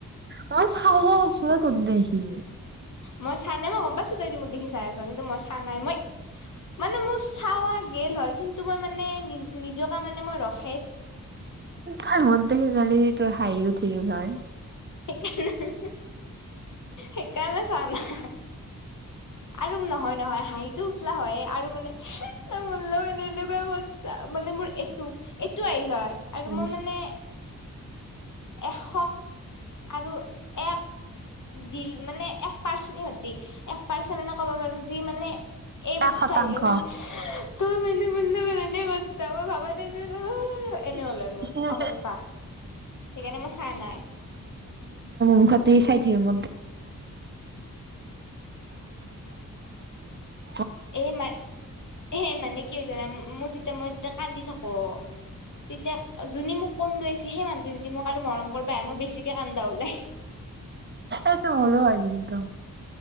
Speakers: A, on the right (about 35°); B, on the left (about 65°).
A: মই চাইহে আছো তোত দেখি।
B: মই চা নাই, মই গম পাইছো তই যে, মোক দেখি চাই আছ, কিন্তু মই চা নাই মই মানে মোৰ চাৱা গেল হয়, কিন্তু মই মানে নিজকে মানে মই ৰখ
A: তই মত দেখি জানি তোৰ হাঁহি <unintelligible> হয়
B: সেইকাৰণে সেইকাৰণে চোৱা নাই আৰু নহয়, নহয় হাঁহিটো উঠলা হয়, আৰু মানে <unintelligible> মানে মোৰ এইটো, এইটো আহিল হয়, আৰু
A: এক
B: মই মানে এশ আৰু এক দি মানে এক পাৰ্চেণ্ট দি, এক পাৰ্চেণ্ট মানে ক'ব পাৰব যি মানে এই বস্তুটো
A: শতাংশ।
B: আহি <unintelligible> ত মানে বুলে মনে এনে <unintelligible> মই ভাবা নাছিলো
A: <inaudible>
B: এনে
A: <unintelligible>
B: হ'লে
A: মোৰ
B: অৱস্থা সেইকাৰণে মই চোৱা নাই
A: মুখতে চাই থাকিব <unintelligible>
B: এই মা-এই মানে কি জানা <unintelligible> তেতিয়া, মই যেতিয়া কান্দি থাকো তেতিয়া যোনি মোক কন্দদুৱাইছে সেই মানুহটো যদি মই আৰু মৰম কৰিবা আহে, মোৰ বেছিকে কান্দা উলাই
A: এইটো মোৰো হয়, কিন্তু